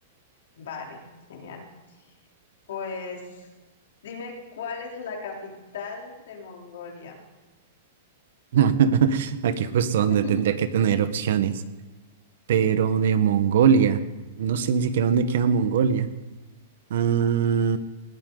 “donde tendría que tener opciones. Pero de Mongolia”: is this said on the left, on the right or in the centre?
Right